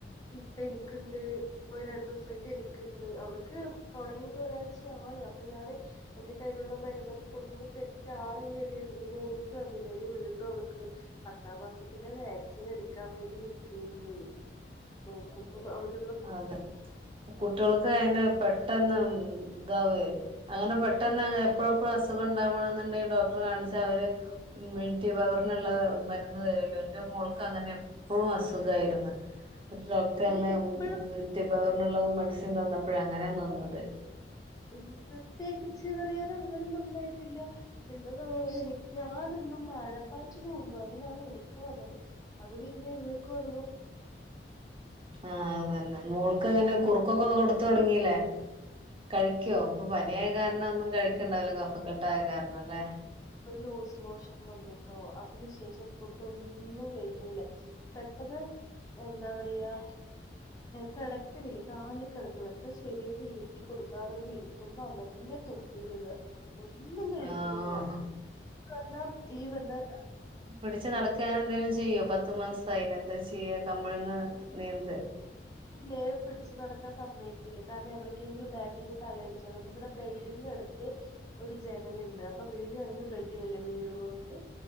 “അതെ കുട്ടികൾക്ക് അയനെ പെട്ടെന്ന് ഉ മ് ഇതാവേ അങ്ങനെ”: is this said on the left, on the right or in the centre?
Right